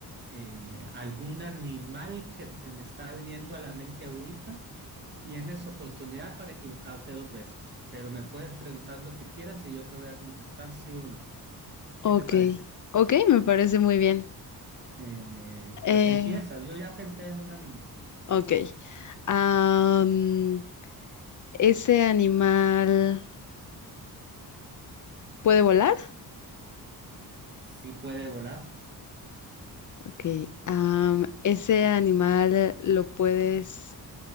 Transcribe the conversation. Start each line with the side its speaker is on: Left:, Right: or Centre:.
Right: eh, algún animal que se me está viniendo a la mente ahorita? Tienes oportunidad para equivocarte dos veces, pero me puedes preguntar lo que quieras y yo te voy a contestar sí o no. ¿Qué
Left: Ok,
Right: te parece?
Left: ok, me parece muy bien.
Right: eh,
Left: Eh,
Right: pues empiezas. Yo ya pensé en un animal.
Left: ok. Am, ¿ese animal puede volar?
Right: Sí puede volar.
Left: Ok. Am, ¿ese animal lo puedes